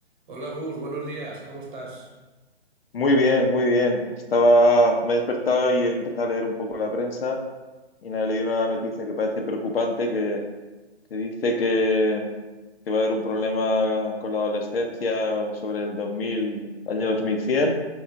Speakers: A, on the right; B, on the left.
A: Hola Gus, buenos días, ¿cómo estás?
B: Muy bien, muy bien. Estaba, me he despertado y he empezado a leer un poco la prensa y nada, he leído una noticia que parece preocupante que, que dice que, que va a haber un problema con la adolescencia sobre el 2000, año 2100,